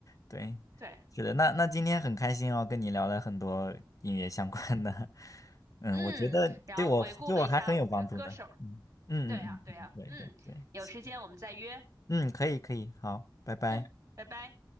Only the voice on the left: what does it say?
对，
是的，那那今天很开心哦，跟你聊了很多音乐相关的，<laughs> 嗯，
我觉得对我对我还很有帮助呢，
嗯嗯嗯嗯嗯，
对对对，
行嗯，可以可以，好，拜拜。